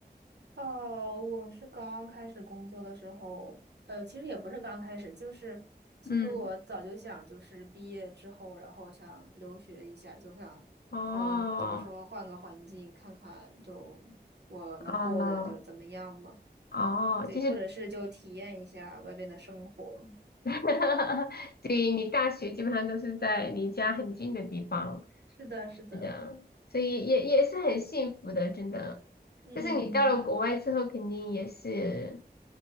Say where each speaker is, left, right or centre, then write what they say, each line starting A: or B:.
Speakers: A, on the right; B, on the left.
A: 哦，我是刚开始工作的时候，呃，其实也不是刚开始，就是其实我早就想，
B: 嗯，
A: 就是毕业之后，然后想留学一下，就想，
B: 哦，
A: 呃，假如说换个环境看看，就我能过得就怎么样嘛，
B: 哦，哦，
A: 对，
B: 就是
A: 或者是就体验一下外边的生活。
B: <laughs> 哈哈，对，你大学基本上都是在离家很近的地方，
A: 是的，是的，
B: 是的，所以也也是很幸福的，真的。
A: 嗯。
B: 但是你到了国外之后，肯定也是，